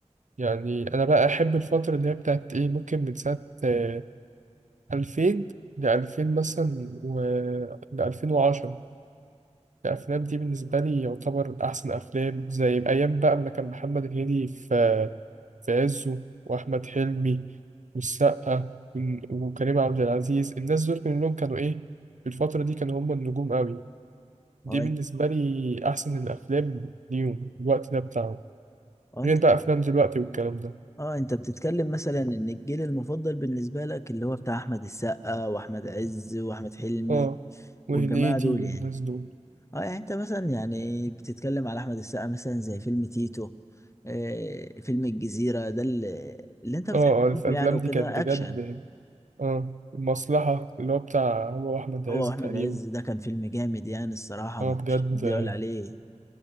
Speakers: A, on the right; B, on the left.
A: يعني أنا بقى أحب الفترة اللي هي بتاعت إيه ممكن من ساعة آه، ألفين لألفين مثلا و لألفين وعشرة الأفلام دي بالنسبة لي يعتبر أحسن أفلام زي أيام بقى أما كان محمد هنيدي في في عزه وأحمد حلمي والسقا وال- وكريم عبد العزيز الناس دول كلهم كانوا إيه في الفترة دي كانوا هم النجوم قوي دي
B: اه
A: بالنسبة
B: انت
A: لي أحسن الأفلام ليهم الوقت ده بتاعهم
B: اه انت
A: غير بقى أفلام دلوقتي والكلام ده
B: اه انت بتتكلم مثلا ان الجيل المفضل بالنسبة لك اللي هو بتاع احمد السقا واحمد عز واحمد حلمي
A: آه وهنيدي
B: والجماعة دول يعني
A: والناس دول
B: اه يعني انت مثلا يعني بتتكلم على احمد السقا مثلا زي فيلم تيتو آه فيلم الجزيرة ده اللي, اللي انت بتحبهم
A: آه آه، الأفلام
B: يعني وكده
A: دي كانت بجد
B: اكشن
A: آه المصلحة اللي هو بتاع هو أحمد عز
B: هو واحمد
A: تقريبا
B: عز ده كان فيلم جامد يعني الصراحة
A: آه
B: ما
A: بجد
B: فيش حد
A: آه،
B: يقول عليه